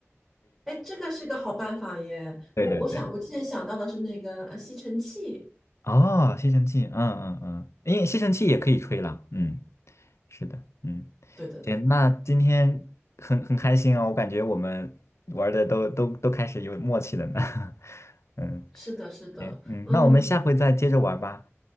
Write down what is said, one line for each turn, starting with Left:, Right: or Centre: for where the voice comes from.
Centre: 哎，这个是个好办法耶！
Left: 对对对，
Centre: 我我想，我之前想到的是那个呃吸尘器。
Left: 哦，吸尘器，嗯嗯嗯，因为吸尘器也可以吹啦。嗯，是的，嗯，
Centre: 对的，
Left: 行，
Centre: 对，
Left: 那今天很很开心哦，我感觉我们玩的都都都开始有默契了呢。<laughs> 嗯
Centre: 是的，是的，
Left: 嗯，
Centre: 嗯，
Left: 那我们下回再接着玩吧。